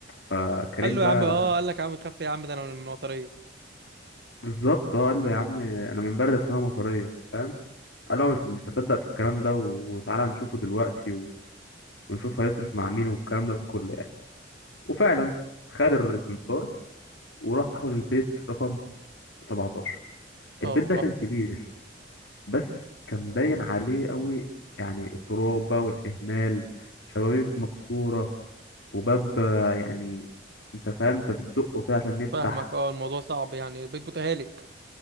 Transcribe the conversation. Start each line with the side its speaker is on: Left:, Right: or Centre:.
Left: فكريم
Right: قال له
Left: بقى
Right: يا عم اه قال لك يا عم تخاف إيه يا عم ده انا من المطريه
Left: بالظبط اه قال له يا عم انا من بلد اسمها مطريه فاهم قال له أنا مش مش بصدق في الكلام ده وتعالى نشوفه دلوقتي و... ونشوف هيصرف مع مين والكلام ده كله يعني وفعلا خد السمسار وراحوا للبيت رقم 17
Right: اه
Left: البيت ده كان كبير بس كان باين عليه قوي يعني التراب بقى والإهمال شبابيك مكسورة وباب آه، يعني انت فاهم انت بتزقه كده عشان يفتح
Right: فاهمك اه الموضوع صعب يعني بيت متهالك